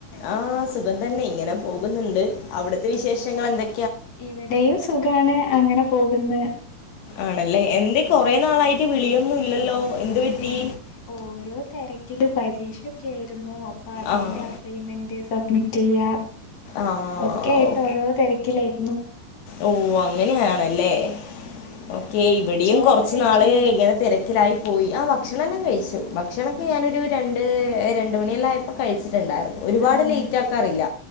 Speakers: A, on the left; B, on the left.
A: ആഹ് സുഖം തന്നെ ഇങ്ങനെ പോകുന്നുണ്ട് അവിടുത്തെ വിശേഷങ്ങൾ എന്തെ
B: ഇവടേയും സുഖാണ് അങ്ങനെ പോക്ന്ന്
A: ആണല്ലേ എന്തെ കൊറെ നാളായിട്ട് വിളിയൊന്നും ഇല്ലല്ലോ? എന്ത് പറ്റി
B: എ ഓരോ തെരക്കില് പരീക്ഷൊക്ക്യേരുന്നു അപ്പൊ അതിന്റെ
A: ആഹ്
B: അ സൈമെന്റ് സബ്മിറ്റെയ്യാ
A: ആഹ്
B: ഒക്കെ ആയിട്ട് ഓരോ തെരക്കിലേരുന്നു
A: ഓഹ് അങ്ങനെയാണല്ലേ
B: ഉം
A: ഓക്കെ ഇവടെയും
B: ചോറൊക്കെ
A: കൊറച്ച്
B: കഴിച്ചോ
A: നാള് ഇങ്ങനെ തെരക്കിലായി പോയി ആഹ് ഭക്ഷണല്ലാം കഴിച്ച് ഭക്ഷണക്കെ
B: ആഹ്
A: ഞാനൊരു രണ്ട് രണ്ട് മണിയെല്ലായപ്പോ കഴിച്ചിട്ട് ഇണ്ടാരുന്നു ഒരു പാട്
B: ആഹ്
A: ലേറ്റാക്കാറില്ല